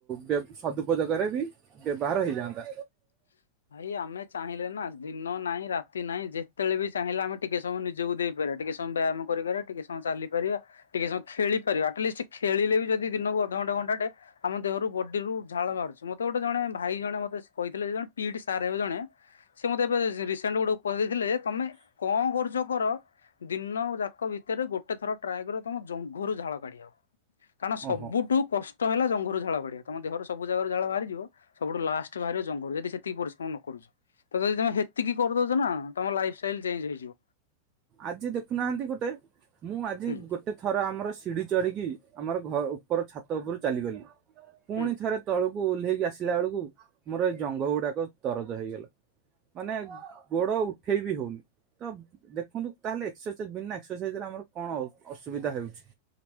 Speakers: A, on the right (about 30°); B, on the left (about 70°).
A: ବ୍ୟ ସଦୁପଯୋଗରେ ବି ବ୍ୟବହାର ହେଇଯାଆନ୍ତା।
B: <inaudible> ଭାଇ ଆମେ ଚାହିଁଲେ ନା ଦିନ ନାହିଁ ରାତି ନାହିଁ ଯେତେବେଳେ ବି ଚାହିଁଲେ ଆମେ ଟିକେ ସମୟ ନିଜକୁ ଦେଇପାର ଟିକେ ସମୟ ବ୍ୟାୟାମ କରିପାରିବା ଟିକେ ସମୟ ଚାଲିପାରିବା ଟିକେ ସମୟ ଖେଳିପାରିବା ଆଟଲିଷ୍ଟ୍ କିଛି ଖେଳିଲେ ବି ଯଦି ଦିନକୁ ଅଧଘଣ୍ଟା ଘଣ୍ଟାଟେ ଆମ ଦେହରୁ ବଡିରୁ ଝାଳ ବାହାରୁଚି। ମତେ ଗୋଟେ ଜଣେ ଭାଇ ଜଣେ ମତେ ସେ କହିଥିଲେ ଜଣେ ପି ଟି ସାର୍ ହେବେ ଜଣେ ସେ ମତେ ଏବେ ରିସେଣ୍ଟ ଗୋଟେ ଉପଦେଶ ଦେଇଥିଲେ, ତମେ କଣ କରୁଛ କର ଦିନ ଯାକ ଭିତରେ ଗୋଟେ ଥର ଟ୍ରାଏ କରିବ ତମ ଜଙ୍ଘରୁ ଝାଳ କଢ଼ିଆକୁ। କାରଣ ସବୁଠୁ
A: ଓହୋ
B: କଷ୍ ଷ୍ଟ ହେଲା ଜଂଘରୁ ଝାଳ ବାହାରିବା। ତମ ଦେହରୁ ସବୁ ଜାଗା ରୁ ଝାଳ ବାହାରି ଯିବ, ସବୁଠୁ ଲାଷ୍ଟ୍ ରେ ବାହାରିବ ଜଙ୍ଘରୁ। ଯଦି ସେ ତିକି ପରିଶ୍ରମ ନ କରୁଛ। ଯଦି ତମେ ହେତିକି କରିଦଉଛ ନା ତମ ଲାଇଫ ଷ୍ଟାଇଲ ଚେଞ୍ଜ ହେଇଯିବ।
A: ଆଜି ଦେଖୁନାହାନ୍ତି ଗୋଟେ ମୁଁ ଆଜି
B: ହୁଁ
A: ଗୋଟେ ଥର ଆମର ସିଢି ଚଢ଼ିକି ଆମର ଘ ଉପର ଛାତ ଉପରୁ ଚାଲିଗଲି ପୁଣି
B: ହୁଁ।
A: ଥରେ ତଳକୁ ଓହ୍ଲେଇକି ଆସିଲା ବେଳକୁ ମୋର ଏଇ ଜଙ୍ଘ ଗୁଡାକ ଦରଜ ହେଇଗଲା। ମାନେ ଗୋଡ ଉଠେଇ ବି ହଉନି ତ ଦେଖ ଦେଖନ୍ତୁ ତାହଲେ ଏକ୍ସରସାଇଜ ବିନା ଏକ୍ସରସାଇଜରେ, ଆମର କଣ ଅସୁବିଧା ହଉଛି?